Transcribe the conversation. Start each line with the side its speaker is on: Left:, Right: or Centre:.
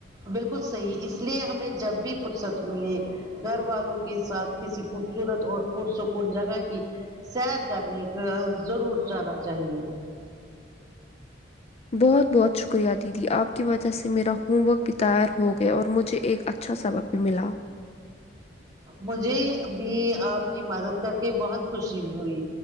Right: بالکل صحیح اس لیے ہمیں جب بھی فرصت ملے گھر والوں کے ساتھ کسی خوبصورت اور پرسکون جگہ کی سیر کرنی کا ضرور جانا چاہیے
Left: بہت بہت شکریہ دیدی آپ کی وجہ سے میرا ہوم ورک بھی تائار ہو گیا اور مجھے ایک اچھا سبق ملا
Right: مجھے بھی آپ کی مدد کر کے بہت خوشی ہوئی